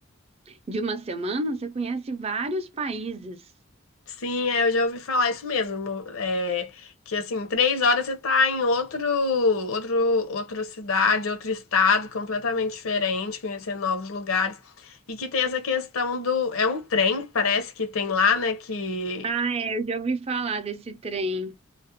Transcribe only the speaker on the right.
de uma semana, você conhece vários países.
Ah, é, eu já ouvi falar desse trem.